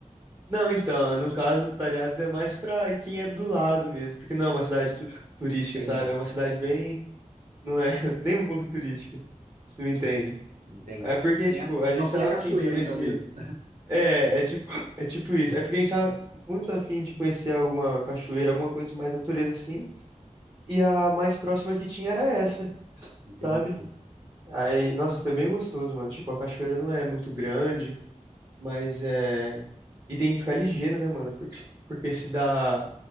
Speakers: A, on the right (about 30°); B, on the right (about 75°).
A: Não, então, no caso, Talhados é mais pra quem é do lado mesmo, porque não é uma cidade tu- turística,
B: Não tem
A: sabe?
B: nada.
A: É uma cidade bem, não é <laughs> nem um pouco turística, se me entende.
B: Entendi.
A: É porque,
B: Tem
A: tipo,
B: a-
A: a
B: só
A: gente tava
B: tem a cachoeira,
A: afim de conhecer.
B: então, mesmo.
A: É, é tipo, <coughs> é tipo isso. É porque a gente tava muito afim de conhecer alguma cachoeira, alguma coisa mais natureza assim. E a mais próxima que tinha era essa,
B: Entendi.
A: sabe? Aí, nossa, foi bem gostoso, mano. Tipo, a cachoeira não é muito grande. Mas é. E tem que ficar ligeiro, né, mano? Por- Porque se dá.